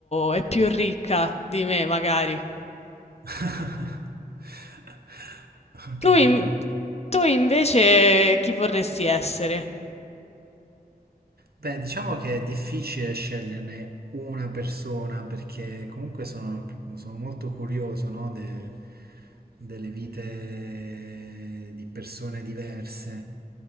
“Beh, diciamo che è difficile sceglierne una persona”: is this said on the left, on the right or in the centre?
Right